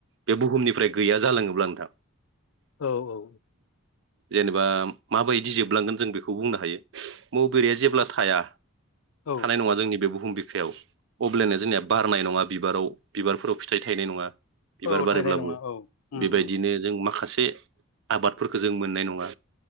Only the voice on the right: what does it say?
बे बुहुमनि फ्राय गैया जालाङोब्ला नोंथां।
जेन बा माबायदि जोबलांगोन जों बेखौ बुंनो हायो। मौबेरैआ जेब्ला थाया
थानाय नङा जोंनि बे बुहुम बिखायाव अब्लेनो <unintelligible> नाय नङा बिबाराव बिबारफोराव फिथाइ थायनाय नङा बिबार
बारोब्लाबो
बेबायदिनो
जों माखासे बे आबादफोरखौ जों मोननाय नङा।